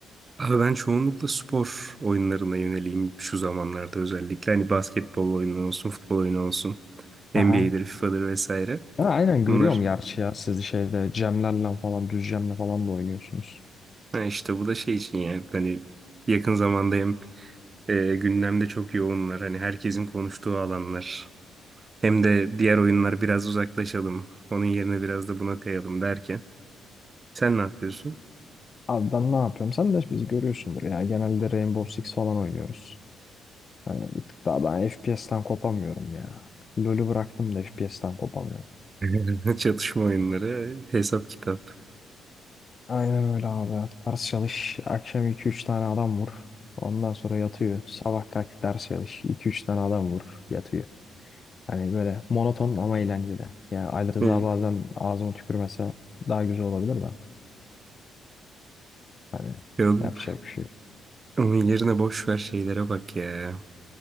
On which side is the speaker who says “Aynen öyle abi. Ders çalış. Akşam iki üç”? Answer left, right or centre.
Left